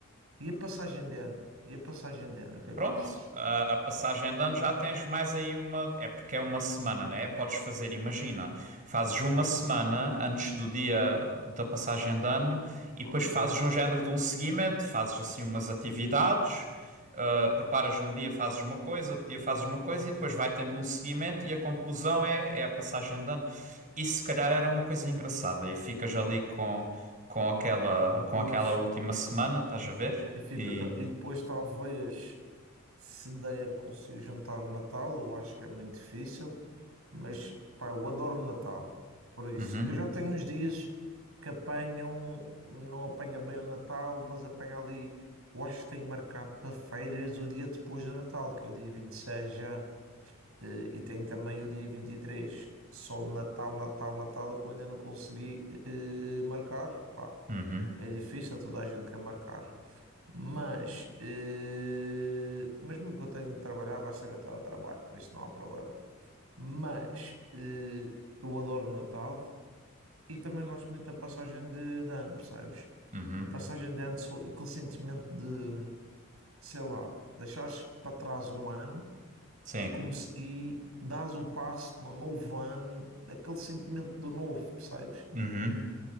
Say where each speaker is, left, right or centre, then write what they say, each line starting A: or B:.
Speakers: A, on the right; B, on the right.
A: E a passagem de ano? E a passagem de ano, o que é
B: Pronto,
A: que achas?
B: a, a passagem de ano já tens mais aí uma. É porque é uma semana, né? Podes fazer, imagina, fazes uma semana antes do dia da passagem de ano e
A: Ok.
B: depois fazes um género de um seguimento, fazes assim umas atividades, ah, preparas um dia, fazes uma coisa, outro dia fazes uma coisa e depois vai tendo um seguimento e a conclusão é, é a passagem de ano. Isso se calhar era uma coisa engraçada e ficas ali com, com aquela, com
A: Pois,
B: aquela última semana, estás a ver?
A: e, fico,
B: E.
A: a- e depois talvez se der consigo juntar o Natal, eu acho que é muito difícil. Mas pá, eu adoro o Natal. Por isso,
B: Uhum,
A: eu já tenho uns dias que apanham, não apanha bem o Natal, mas apanha ali. Eu acho que tenho marcado para férias o dia depois do Natal, que é o dia 26 já, eh, e tenho também o dia vinte e três Só o Natal, Natal, Natal, é que eu ainda não consegui eh, marcar. Pá,
B: uhum.
A: é difícil, toda a gente quer marcar. Mas, eh, mas mesmo que eu tenha de trabalhar, vai ser até o trabalho, por isso não há problema. Mas eh, eu adoro o Natal e também gosto muito da passagem de, de ano, percebes?
B: Uhum,
A: A passagem de ano, só aquele sentimento de, sei lá, deixares para trás um ano
B: Sim.
A: e, como se, e dás o passo de um novo ano, aquele sentimento do novo, percebes?
B: Uhum.